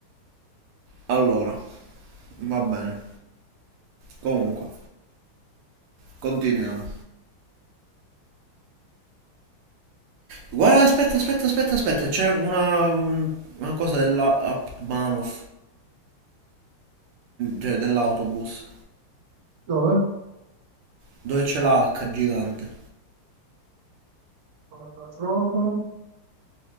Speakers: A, on the right; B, on the right.
A: Allora, va bene. Comunque, continuiamo. Guarda, aspetta, aspetta, aspetta, aspetta. C'è una, un- una cosa dell'Aptmanov, cioè dell'autobus,
B: Dove?
A: dove c'è la H gigante.
B: Non la trovo,